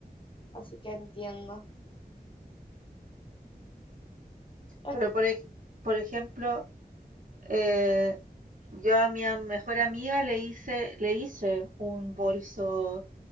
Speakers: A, on the left; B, on the right.
A: así que entiendo. Ok,
B: Pero, por, ej- por ejemplo, Eh, yo a mi mejor amiga le hice, le hice un bolso